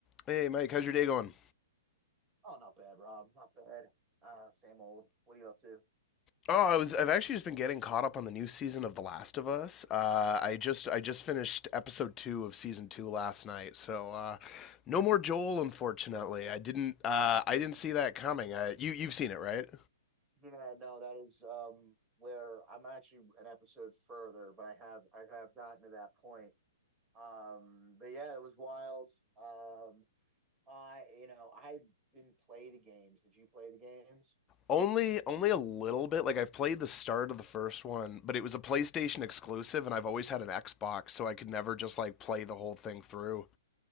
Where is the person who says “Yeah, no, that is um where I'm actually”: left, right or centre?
Right